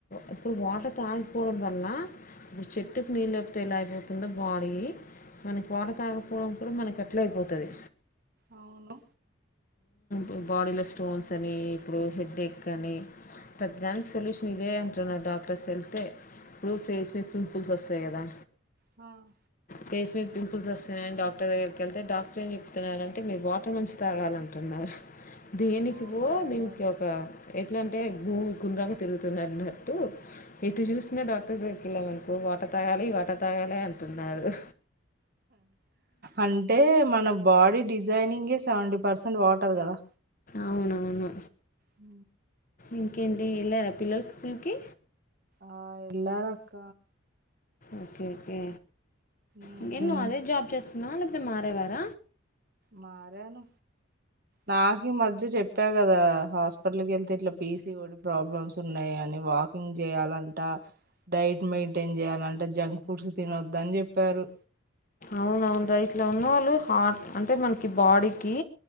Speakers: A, on the left; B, on the right.
A: ఇప్పుడు వాటర్ తాగికపోవడం వల్ల ఇప్పుడు చెట్టుకు నీళ్ళు లేకపోతే ఎలా అయిపోతుందో బాడీ మనకి వాటర్ తాగపోవడం కూడా మనకు అట్లా అయిపోతాది
B: అవును
A: ఊ బాడీలో స్టోన్స్ అని ఇప్పుడు హెడ్ఎక్ అని ప్రతిదానికి సొల్యూషన్ ఇదే అంటున్నారు డాక్టర్స్ వెళ్తే ఇప్పుడు ఫేస్ మీద పింపుల్స్ వస్తాయి కదా
B: హ్మ్
A: ఫేస్ మీద పంపుల్స్ వస్తున్నాయని డాక్టర్ దగ్గరికి వెళ్తే డాక్టర్ ఏం చెప్తున్నారు అంటే మీరు వాటర్ మంచిగా తాగాలని అంటున్నారు దేనికి
B: ఓ
A: పో
B: మై
A: దీనికి
B: గాడ్
A: ఒక ఎ ఎట్లా అంటే భూమి గుండ్రంగా తిరుగుతుంది అన్నట్టు ఎటు చూసిన డాక్టర్స్ దగ్గరికీ వెళ్ళామనకో వాటర్ తాగాలి వాటర్ తాగాలి అంటున్నారు
B: అంటే మన బాడీ డిజ్ రైనింగ్ ఎ సెవెంటీ పర్సెంట్ వాటర్ కదా
A: అవునవును
B: హ
A: ఇంకేంటి వెళ్ళారా పిల్లలు స్కూల్కి
B: ఆ వెళ్ళారు అక్క
A: ఓకే ఓకే
B: మ్మ్
A: ఇంకేం నువ్వు అదే జాబ్ చస్తా నాలుక మారేవార
B: మారాను నాకు ఈ మధ్య చెప్పా కదా హాస్పిటల్కి వెళ్తే ఇట్లా పీసిఓడి ప్రాబ్లమ్స్ ఉన్నాయ అని వాకింగ్ చేయాలంట డైట్ మెయింటైన్ చేయాలంట జంక్ ఫుడ్స్ తినొద్దు అని చెప్పారు
A: అవున అవును డైట్ లో ఉన్నవాళ్ళు హార్ట్ అంటే మనకి బాడీకి